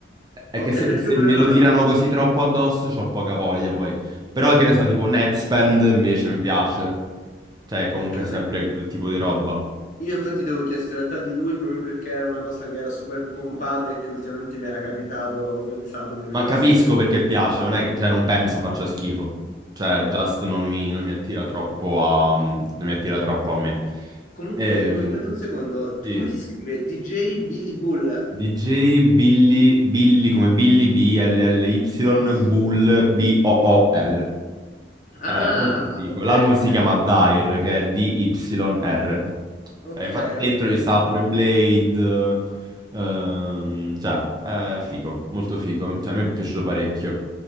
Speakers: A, on the right; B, on the left.
A: È
B: Ok,
A: che se,
B: perché
A: se
B: io però
A: me
B: non
A: lo tirano
B: avevo...
A: così troppo addosso, c'ho poca voglia poi. Però che ne so, tipo Netspend invece mi piace. Cioè, comunque
B: Ok,
A: è sempre
B: perché
A: quel tipo di roba.
B: io infatti ti avevo chiesto in realtà di lui proprio perché era una cosa che era super pompata e che ultimamente mi era capitato, avevo pensato, mi ero
A: Ma
B: chiesto.
A: capisco perché piace, non è che, cioè, non penso faccia schifo. Cioè, Just non mi, non mi attira troppo a, mm, non mi attira troppo a me.
B: Comunque,
A: Ehm,
B: co- aspetta un secondo,
A: sì.
B: come si scrive? DJ Billy Bull?
A: DJ Billy, Billy come Billy, B-L-L-Y,
B: Sì.
A: Bull, B-O-O-L. È
B: Ah,
A: molto figo.
B: ok,
A: L'album
B: ok.
A: si chiama Dire, che è D-Y-R.
B: Ok,
A: Eh, infatti dentro
B: ok,
A: ci sta
B: ok.
A: pure Blade, ehm, cioè, è figo, molto figo. Cioè, a me è piaciuto parecchio.